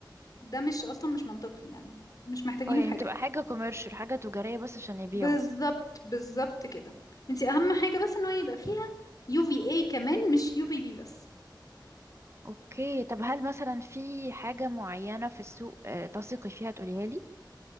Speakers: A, on the left; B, on the right.
A: ده مش اصلا مش منطقي يعني مش محتاجينه
B: اه يعني
A: في حاجة
B: بتبقى حاجة كوميرشال حاجة تجارية بس عشان يبيعوا
A: بالظبط بالظبط كده انت اهم حاجه بس ان هو يبقى فيها يو في اي كمان مش يو في بي بس
B: اوكي طب هل مثلا في حاجة معينة في السوق آه، تثقي فيها تقوليها لي